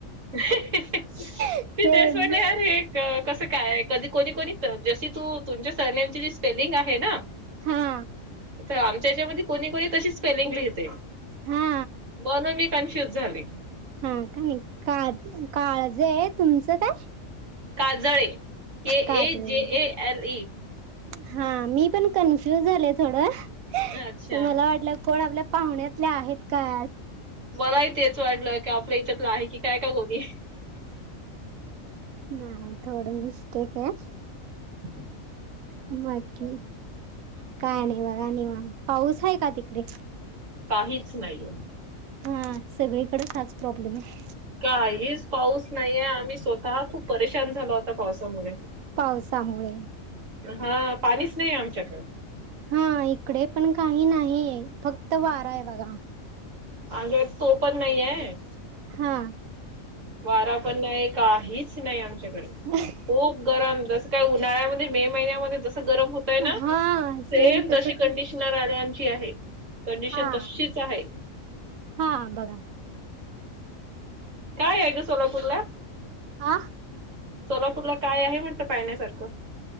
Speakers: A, on the right (about 65°); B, on the right (about 85°).
A: <unintelligible>
B: सेम
A: ते कसं काय कधी कोणी कोणी जशी तू तुमच्या सरनेमची जी स्पेलिंग आहे ना.
B: हा.
A: तर आमच्या याच्यामध्ये कोणी-कोणी कशी स्पेलिंग लिहिते.
B: हा.
A: म्हणून मी कन्फ्युज झाली.
B: हा का नाही का काळजी आहे तुमचं काय?
A: काजळे के
B: काजळे
A: ए जे ए एल इई.
B: हा मी पण कन्फ्युज झाले थोड मला
A: अच्छा
B: वाटलं कोण आपल्या. पाहुण्यातल्या आहेत का.
A: मलाही तेच वाटलं की आपलं हच्यातलं आहे की काय का कोणी.
B: नाही थोडं मिस्टेक आहे.
A: हम्.
B: बाकी काय नाही बघा नाही मग पाऊस आहे का तिकडे.
A: काहीच नाही.
B: हा सगळीकडे हाच प्रॉब्लेम आहे.
A: काहीच पाऊस नाहीये आम्ही स्वतः खूप परेशान झालो होता पावसामुळे.
B: पावसामुळे
A: हा पाणीच नाही आमच्याकडे.
B: हा इकडे पण काही नाही फक्त वारा आहे बघा.
A: हजे तो पण नाहीये.
B: हा.
A: वारा पण नाही काहीच नाही आमच्याकड.
B: <unintelligible>
A: खूप गरम जसं काही उन्हाळ्यामध्ये मे महिन्यामध्ये जसं गरम होत. तय ना
B: हा
A: सेम
B: तसच
A: तशी कंडिशन आले आमची आहे. कंडिशन
B: हा
A: तशीच आहे. <inaudible>
B: हा बघा
A: काय आहे ग सोलापूर ला.
B: आ.
A: सोलापूरला काय आहे म्हणट पाहिण्यासारखं.